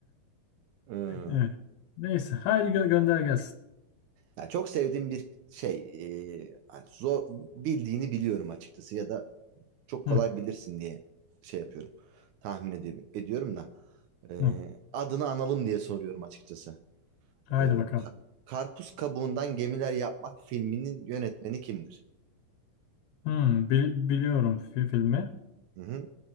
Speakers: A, on the right; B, on the left.
A: Ee,
B: Evet. Neyse, haydi gö- gönder gelsin.
A: ya çok sevdiğim bir şey e, hani zor bildiğini biliyorum açıkçası ya da çok
B: Hı,
A: kolay bilirsin diye şey yapıyorum. Tahmin edi- ediyorum da e,
B: hı.
A: adını analım diye soruyorum açıkçası.
B: Haydi
A: Ee, Ka-
B: bakalım.
A: Karpuz Kabuğundan Gemiler Yapmak filminin yönetmeni kimdir?
B: Hı, bili- biliyorum fi- filmi.
A: Hı hı.